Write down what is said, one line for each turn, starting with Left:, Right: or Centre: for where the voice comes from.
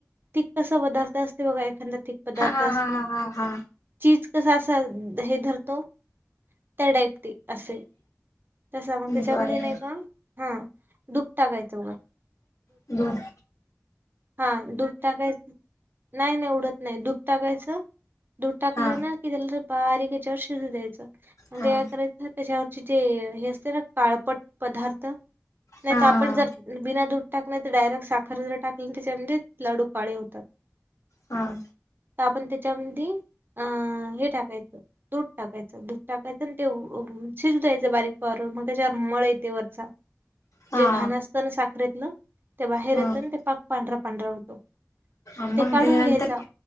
Right: तक कस पदार्थ असते बघा एखादा ीक पदार्थ.
Left: हा हा
Right: असतो
Left: हा हा हा.
Right: चीज कसा असा हे धरतो त्या टाईप ते असे. तसा मग त्याच्यामध्ये
Left: बरं
Right: नाही का हा दुप टाकायचं बघ.
Left: ब <inaudible> <unintelligible>
Right: हा दुध टाकायचं नाही नाही उडत नाही दुध टाकायचं. दूध टाकलं
Left: हा
Right: ना की त्याला तर बारीक याच्यावर शिजू द्यायचं. म्ह
Left: हा
Right: करायच त्याच्यावरचे जे हे असते ना काळपट पदार्थ. नाही
Left: हा
Right: तर आपण जर बिना दूध टाक नाही तर डायरेक्ट साखर जर टाकली त्याच्यामध्ये लाडू काळे होतात.
Left: हा
Right: साबण तेच्यामदी. अं हे टाकायचं दूध टाकायचं दूध टाकायचं आणि ते शिज दयचं बारीक पर मग त्याच्यावर मळ येते वरचा
Left: हा
Right: जे घाण असतं ना साखरेतलं. त्या बाहेर
Left: हा
Right: येतना ते पाक पांढरा पांढरा होतो
Left: मग
Right: ते काढून
Left: त्याच्यानंतर
Right: घ्यायचा.